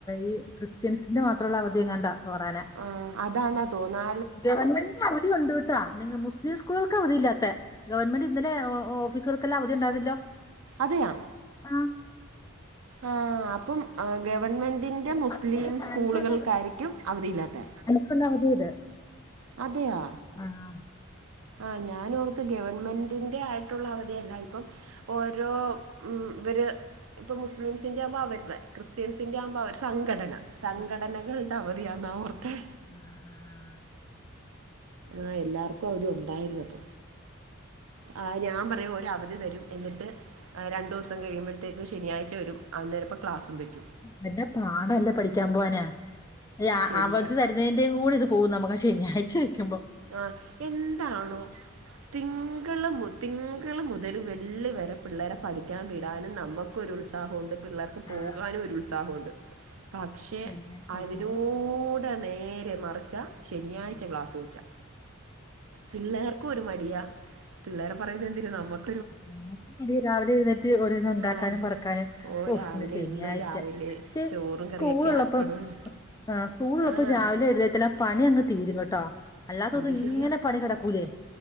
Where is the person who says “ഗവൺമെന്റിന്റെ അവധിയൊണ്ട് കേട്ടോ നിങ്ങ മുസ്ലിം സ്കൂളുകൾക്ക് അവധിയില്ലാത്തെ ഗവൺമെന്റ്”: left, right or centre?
Left